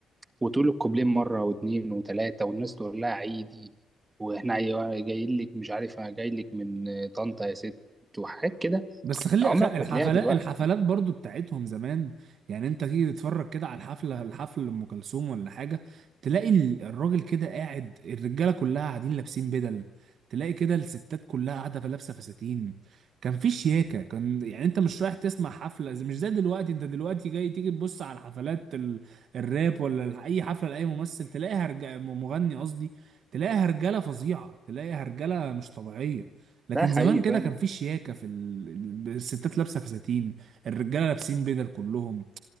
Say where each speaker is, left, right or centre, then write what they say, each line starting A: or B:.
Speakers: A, on the right (about 20°); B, on the right (about 65°).
A: وتقول الكوبلين مره واثنين وثلاثه والناس تقول لها عيدي واحنا عي- جايين لك مش عارف انا جاي لك من طنطا يا ست وحاجات كده
B: بس خلي
A: عمرك
B: خ- الحفلات
A: ما تلاقيها دلوقتي
B: الحفلات برضو بتاعتهم زمان يعني انت تيجي تتفرج كده على الحفله الحفل لام كلثوم ولا حاجه تلاقي ال- الراجل كده قاعد الرجاله كلها قاعدين لابسين بدل تلاقي كده الستات كلها قاعده في لابسه فساتين كان في شياكه كان يعني انت مش رايح تسمع حفله زي- مش زي دلوقتي انت دلوقتي جاي تيجي تبص على حفلات ال... الراب ولا ال- اي حفله لاي ممثل تلاقيها رج... مغني قصدي تلاقيها رجاله فظيعه تلاقيها رجاله مش طبيعيه لكن
A: ده حقيقي
B: زمان كده
A: فاهم
B: كان في شياكة في ال... الستات لابسة فساتين الرجالة لابسين بدل كلهم